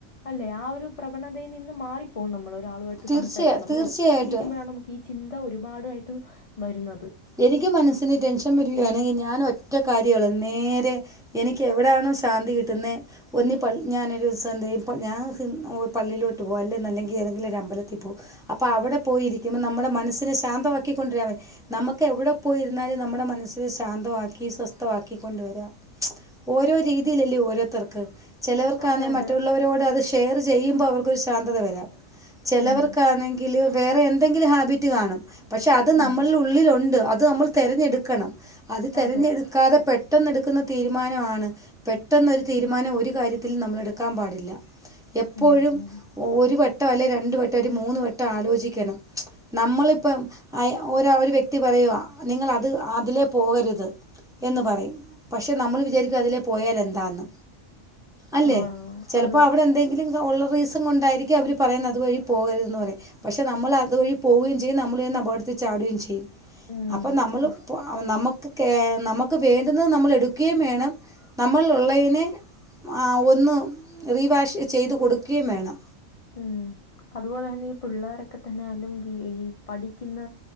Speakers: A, on the left (about 50°); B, in the centre.
A: അല്ലെ ആഒരു പ്രവണതയിൽ നിന്ന് മാറി പോലും നമ്മളൊരു ആളുവായിട്ട്
B: തീർച്ചയായും
A: സംസാരിക്ക നമ്മള്
B: തീർച്ചയായിട്ടും
A: ഒറ്റക്കി രിക്കുമ്പഴാണ് നമു ഈ ചിന്ത ഒരുപാടായിട്ട് വരുന്നത്
B: എനിക്ക് മനസ്സിന് ടെൻഷൻ വരുകയാണെങ്കി ഞാനൊറ്റ കാര്യളു നേരെ എനി ക്കെവിടാണോ ശാന്തി കിട്ടുന്നേ ഒന്നിപള്ളി ഞാനൊരൂസം ന്തേ പൾ ഞാൻ ഹ് പള്ളിലോട്ട് പോവാ അല്ലന്നെല്ലെങ്കിൽ ഏതെങ്കിലൊരമമ്പലത്തിൽ പോവും അപ്പൊ അവിടെ പോയിരിക്കുമ്പോ നമ്മുടെ മനസ്സിനെ ശാന്തവാക്കി കൊണ്ടുരാൻ നമ്മക്ക് എവിടെ പോയിരുന്നാലും നമ്മടെ മനസ്സ് ശാന്തവാക്കി സ്വസ്ഥവാക്കി കൊണ്ട് വരാ ഓരോ രീതിയിലല്ലേ ഓരോത്തർക്ക് ചിലവർക്കാണേ
A: അതെ അതെ
B: മറ്റുള്ളവരോട് അത് ഷേറ് ചെയ്യുമ്പോ അവർക്കൊരു ശാന്തത വരാം ചെലവർക്കാണെങ്കില്
A: ഉം
B: വേറെ എന്തെങ്കിലും ഹാബിറ്റ് കാണും പക്ഷെ അത്
A: ഉം
B: നമ്മള് ഉള്ളിലുണ്ട് അത് നമ്മൾ തെരെഞ്ഞെടുക്കണം അത് തെരഞ്ഞെടു
A: അതെ
B: ക്കാതെ പെട്ടെന്നെടുക്കുന്ന തീരുമാനാണ് പെട്ടെന്നൊരു തീരുമാനം ഒരു കാര്യത്തിൽ നമ്മളെടുക്കാൻ പാടില്ല എപ്പോഴും
A: ഉം
B: ഒരുവട്ടൊ അല്ലെങ്കിരണ്ടവട്ടൊ ഒരു മൂന്ന് വട്ടം ആലോചിക്കണം നമ്മളിപ്പം ആയ ഒരാള് വ്യക്തി പറയാ നിങ്ങള് അത് അതിലേ പോകരുത് എന്ന് പറയും പക്ഷേ നമ്മള് വിചാരിക്കും അതിലെ പോയാലെന്താന്ന് അല്ലേ
A: ആഹ്
B: ചെലപ്പോ
A: അതെ
B: അവെടെ എന്തെങ്കിലും ഉള്ളത് റീസൺ കൊണ്ടായിരിക്കും അവര് പറയുന്നത് അതുവഴി പോകരുതെന്ന് പറയും പക്ഷെ നമ്മള് അത് വഴി പോവുകയും. ചെയ്യും നമ്മളെന്നെ അപകട ചാടുംചെയ്യും
A: ഉം
B: അപ്പം നമ്മള്
A: ആ
B: പൊ നമ്മക്ക് കേ നമ്മക്ക് വേണ്ടുന്നത് നമ്മള് എടുക്കേം വേണം നമ്മൾ ഉള്ളേയ്നേ ആ ഒന്ന് റീവാഷ് ചെയ്തു കൊടുക്കേം വേണം
A: ഉം അതുപോലെന്നെ ഈ പുള്ളേരൊക്കെതന്നെയാലും ഈ പഠിക്കുന്ന